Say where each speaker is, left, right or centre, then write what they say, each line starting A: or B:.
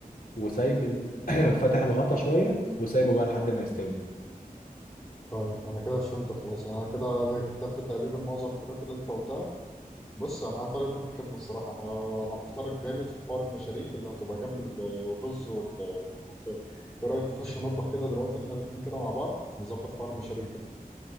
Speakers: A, on the left; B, on the left.
A: وسايب ال... <clears throat> فاتح الغطا شوية وسايبه بقى لحد ما يستوي
B: طيب انا كده فهمت خلاص انا كده كتبت تقريبا معظم الحاجات اللي انت قلتها بص انا هطالب منك خدمه الصراحه انا انا محتار جامد في حوار المشاريب اللي هتبقى جنب الرز وال- والملوخيه في رايك تخش المطبخ كده دلوقتي احنا الاتنين كده مع بعض نظبط حوار المشاريب ده